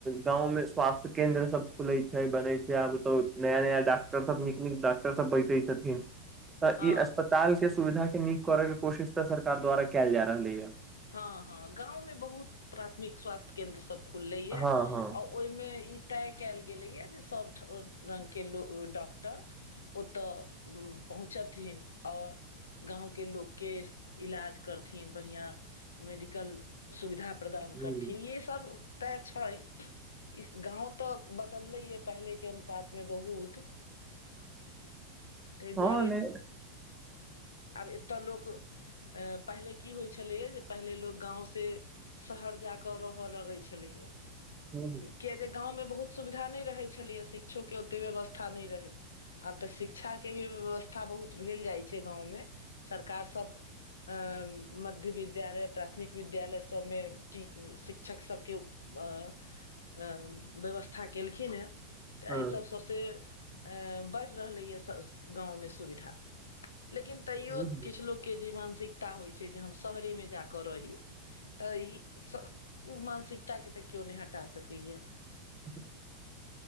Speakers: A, on the right (about 15°); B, on the left (about 70°).
A: गाँवमें स्वास्थ्य केन्द्र सब खुलैत छै, बनै छै, आब तऽ नया- नया डाक् -टर सब-सब नीक- नीक डाक्टर सब बैठै छथिन। त
B: हँ
A: ई अस्पताल के सुविधा के नीक करय के कोशिश त सरकार द्वारा कैल जा रहलैय।
B: हाँ- हाँ गांव में बहुत प्राथमिक स्वास्थ्य केंन्द्र सब खुललै यैं,
A: हँ हँ
B: अओ ओएमे ई तय कैल गेलैय, जे सब ठ रगं के लो डॉक्टर ओतऽ पहुँचथिन और गाँवके लोकके इलाज करथिन बढ़ियाँ मेडिकल सुविधा प्रदान
A: ह
B: करथिन, ये सब ओतैं छैय। इस गाँव तऽ बदलैया पहलेके अनुपातमे बहुत तय दुआरे
A: हँ मे
B: आब एतऽ लोक ए पहिले की हो छलै जे पहिले लोक गाँव से शहर जाकऽ रहऽ लगै छलैया
A: ह
B: किया जे गाँवमे बहुत सुविधा नहि रहै छलैए, शिक्षोके ओते व्यवस्था नहि रहै। आब त शिक्षा के भी व्यवस् -था बहुत भेल जाइ छै गाँव में, सरकार सब अँ मध्य वि द्यालय, प्राथमिक विद्यालय, सबमे शिक्षक सबके अँ अ व्यवस्था केलखिन हेँ तऽ
A: ह
B: एहि सब स से ए बढ़ रहलैय गाँवमे सुविधा लेकिन तैयो
A: ह ह
B: किछ लोग के जे मानसिकता होइ छै जे, हम शहरे में जाकऽ रहि, तऽ ई उ मानसिकता के तऽ केओ नहि हटा सकैया।
A: उहूं